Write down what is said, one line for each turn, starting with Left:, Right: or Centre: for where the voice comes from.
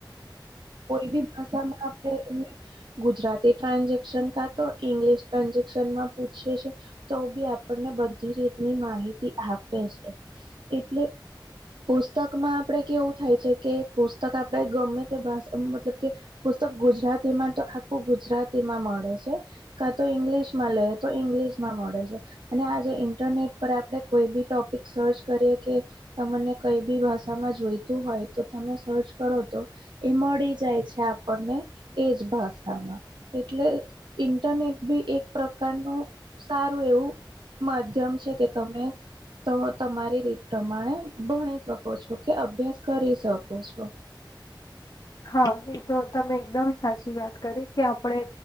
Right: કોઈ બી ભાષામાં આપણે એમને ગુજરાતી ટ્રાન્જેક્શન, કાં તો ઇંગ્લિશ ટ્રાન્જેકશન ઓપ્શનમાં પૂછીએ છે, તો બી આપણને બધી રીતની માહિતી આપે છે. એટલે
Left: હ
Right: પુસ્તકમાં આપણેે કેવું થાય છે કે પુસ્તક આપણે ગમે તે ભાષા મતલબ કે પુસ્તક ગુજરાતીમાં તો આખું ગુજરાતી માં મળે છે, કા તો ઈંગ્લિશ માં મળે આજે ઇન્ટરનેટ પર આપ કોઈ બી ટોપિક સર્ચ કરી કે તને કઈ બી ભાષામાં જોઈતું હોય તો તમે સર્ચ કરો તો એ મળી જાય છે આપણને એજ ભાષામાં એટલે ઇન્ટરનેટ બી એક પ્રકારનું સારું એવું માધ્યમ છે કે તમે તો તમારી રીત પ્રમાણે ભણી શકો છો કે અભ્યાસ કરી શકો છો.
Left: હા એ તો તમે એકદમ સાચી વાત કરી કે આપણે